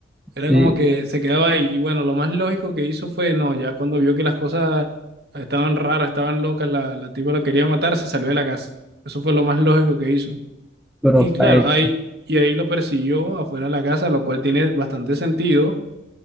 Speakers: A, on the right; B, in the centre.
A: Era
B: sí,
A: como que se quedaba ahí. Y bueno, lo más lógico que hizo fue, no, ya cuando vio que las cosas estaban raras, estaban locas, la, la tipa lo quería matar, se salió de la casa. Eso fue lo más lógico que hizo.
B: pero
A: Y claro,
B: eh,
A: ahí, y ahí lo persiguió afuera de la casa, lo cual tiene bastante sentido,